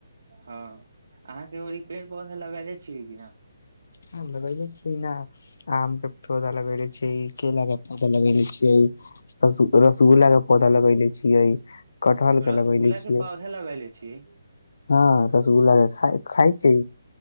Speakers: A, on the right (about 65°); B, on the left (about 65°).
A: हां अहाँ के ओर ई पेड़-पौधा लगैले छियै कि नै?
B: हां लगैले छीयै न आम के पौधा लगैले छीयै, केेला के पौधा लगैले छीयै। रस-रसगुल्ला के पौधा लगेलय छियै। कटहल के
A: रसगुल्ला
B: लगैले छियै।
A: के पौधा लगेले छियै
B: हां रसगुल्ला के खाए खाइ छी?